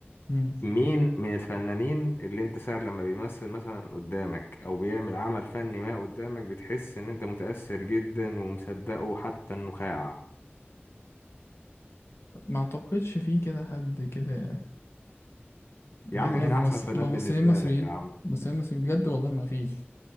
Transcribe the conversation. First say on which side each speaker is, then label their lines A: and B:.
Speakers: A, on the left (about 85°); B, on the left (about 60°).
A: مم.
B: مين من الفنانين اللي انت ساعة لما بيمثل مثلا قدامك او بيعمل عمل فني ما قدامك بتحس ان انت متأثر جدا ومصدقه حتى النخاع
A: ما اعتقدش في كده حد كده بجد
B: يا عم مين
A: يعني
B: احسن
A: ممثل-
B: فنان
A: ممثلين
B: بالنسبة
A: مصريين
B: لك يا عم
A: ممثلين مصريين بجد والله ما فيش